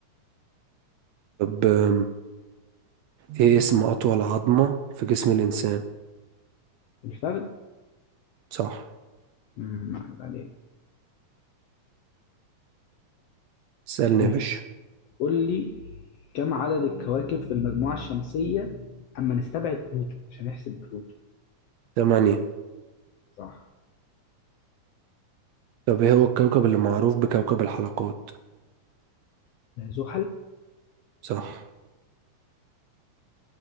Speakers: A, on the right (about 70°); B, on the left (about 75°).
A: طب أم، ايه اسم اطول عظمه في جسم الانسان
B: الفخذ
A: صح
B: امم عليك
A: سألني
B: ماشي
A: يا باشا
B: قول لي كم عدد الكواكب في المجموعة الشمسية أما نستبعد بلوتو عشان نحسب بلوتو
A: تمانية
B: صح
A: طب ايه هو الكوكب اللي معروف بكوكب الحلقات
B: آه، زحل
A: صح